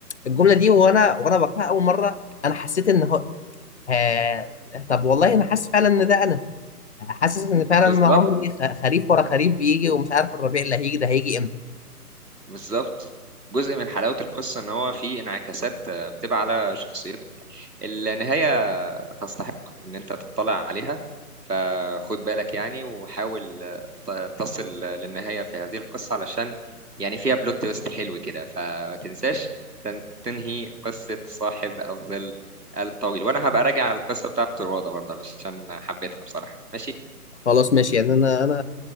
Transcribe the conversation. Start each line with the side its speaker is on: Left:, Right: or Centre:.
Left: الجملة دي وأنا وأنا بقراها أول مرة أنا حسيت إن هو آه... طب والله أنا حاسس فعلا إن ده أنا حاسس ان فعلا
Right: بالظبط
Left: انا عمري خ- خريف ورا خريف بيجي ومش عارف الربيع اللي هيجي ده هيجي امتى
Right: بالظبط جزء من حلاوة القصة إن هو فيه انعكاسات آه، بتبقى على شخصيتك النهاية تستحق إن أنت تطلع عليها فخد بالك يعني وحاول آه، ت- تصل للنهاية في هذه القصة علشان يعني فيها بلوت تويست حلو كده فما تنساش تن- تنهي قصة صاحب الظل الطويل وأنا هبقى راجع على القصة بتاعة الروضة برضه علشان حبيتها بصراحة ماشي
Left: خلاص ماشي يعني انا انا